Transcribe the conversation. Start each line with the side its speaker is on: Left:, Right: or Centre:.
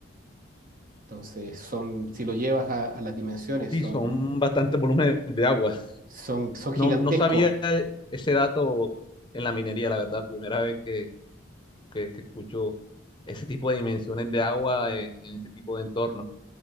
Right: Entonces, son, si lo llevas a, a las dimensiones,
Left: Sí,
Right: son,
Left: son bastantes volúmenes de agua.
Right: son, son gigantescos.
Left: No, no sabía ese dato en la minería, la verdad. Primera vez que, que, que escucho ese tipo de dimensiones de agua en, en ese tipo de entorno.